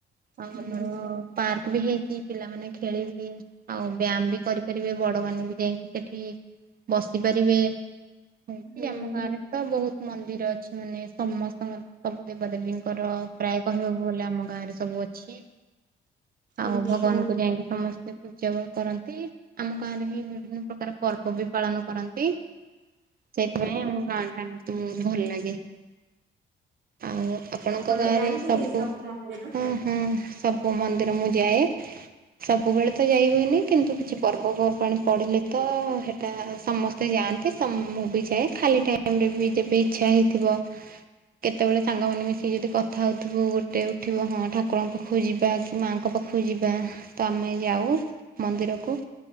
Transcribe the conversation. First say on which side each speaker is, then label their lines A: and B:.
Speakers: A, on the right (about 45°); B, on the right (about 65°).
A: ଆଉ
B: ହୁଁ
A: ଆମର ପାର୍କ। ବି ହେଇଛି ପିଲାମାନେ ଖେଳିବେ ଆଉ ବ୍ୟାୟାମ ବି କରିପାରିବେ ବଡ ମାନେ ବି ଯାଇକି ସେଠି ବସି ପାରିବେ। ସେଇଠି
B: ହୁଁ
A: ଆମ ଗାଁରେ ତ ବହୁତ ମନ୍ଦିର ଅଛି ମାନେ ସମସ୍ତଙ୍କ ସବୁ ଦେ ଦେବା ଦେବୀଙ୍କର ପ୍ରାୟ କହିବାକୁ ଗଲେ ଆମ ଗାଁ ରେ ସବୁ ଅଛି।
B: ଆଚ୍ଛା
A: ଆଉ ଭଗବାନ କୁ ଯାଇଁକି ସମସ୍ତେ ସେ ପୂଜା ପାଇ କରନ୍ତି ଆମ ଗାଁରେ ବି ବିଭିନ୍ନ ପ୍ରକାର ପର୍ବ ବି ପାଳନ କରନ୍ତି। ସେଇଥିପାଇଁ ଆମ ଗାଁ ଟା ମତେ ବହୁତୁ ଭଲ ଲାଗେ। ଆଉ ଆପଣଙ୍କ
B: ଆପଣ
A: ଗାଁରେ
B: ଯାଆନ୍ତି
A: ସବୁ
B: ଏ ମନ୍ଦିର?
A: ହଁ, ହଁ ସବୁ ମନ୍ଦିର ମୁ ଯାଏ ସବୁବେଳେ ତ ଯାଇ ହୁଏନି କିନ୍ତୁ କିଛି ପର୍ବପର୍ବାଣିୀ ପଡିଲେ ତ ହେଟା ସମସ୍ତେ ଯାଆନ୍ତି। ତ ମୁଁ ବି ଯାଏ ଖାଲି ଟାଇମରେ ବି ଯେବେ ଇଛା ହେଇଥିବ କେତେବେଳେ ସାଙ୍ଗମାନେ ମିଶିକି ଯଦି କଥା ହଉଥିବୁ ଗୋଟେ ଉଠିବ ହଁ ଠାକୁରଙ୍କ ପାଖକୁ ଯିବା କି ମାଆଙ୍କ ପା ପାଖକୁ ଯିବା ତ ଆମେ ଯାଉ ମନ୍ଦିରକୁ।